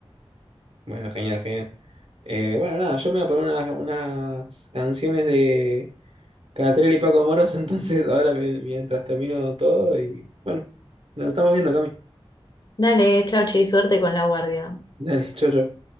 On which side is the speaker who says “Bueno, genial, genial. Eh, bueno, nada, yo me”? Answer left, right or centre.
Right